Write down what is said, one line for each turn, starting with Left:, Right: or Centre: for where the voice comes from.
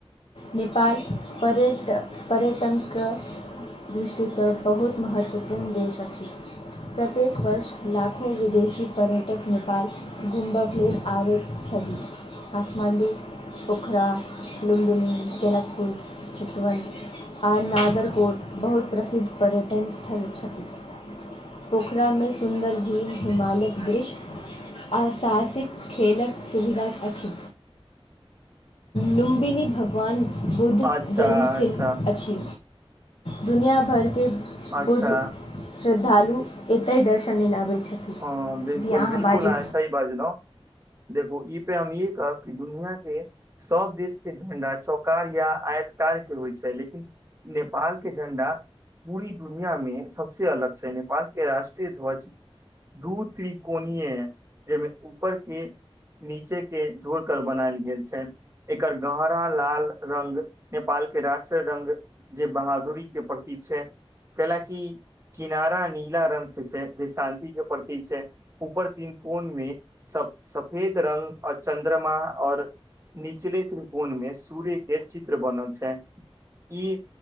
Left: नेपाल पर्यटक पर्यटनके दृष्टिसँ बहुत महत्वपूर्ण देश अछि। प्रत्येक वर्ष लाखों विदेशी पर्यटक नेपाल घुमबाक लेल अबैत छथि, काठमाण्डू। पोखरा, लुम्बनी, जनकपुर, चितवन आ नादरकोट बहुत प्रसिद्ध पर्यटन स्थल छथि। पोखरामे सुन्दर झील हिमालयक दृश्य, आ साहसिक खेलक सुविधा अछि। लुम्बिनी भगवान बुद्ध
Right: अच्छा
Left: जन्म स्थली
Right: अच्छा
Left: छै दुनिया भर के
Right: अच्छा
Left: बुद्ध श्रद्धालु एतय दर्शनी लय आबैत छथि।
Right: हँ बिलकुल
Left: अभी अहाँ
Right: बिलकुल
Left: बाजू।
Right: अहाॅं ई सही बाजलौं। देखो ई पे हम इहे कहब कि दुनिया के सभ देश के झण्डा चौकार या आयतकार के होइ छै लेकिन नेपाल के झण्डा पूरी दुनिया मे सबस अलग छै नेपाल के राष्ट्रीय ध्वज दू त्रिकोणिये जहिमे ऊपरके नीचे के जोर कर बनायल गेल छै। एकर गहरा लाल रंग नेपाल के राष्ट्रीय रंग जे बहादुरी के प्रतिक छै कैले की किनारा नीला रंग से छै जे शान्ति के प्रतीक छै ऊपर तीन कोनमें स सफेद रंग और चन्द्रमा और निचले त्रिकोणमे सूर्य के चित्र बनल छैन ई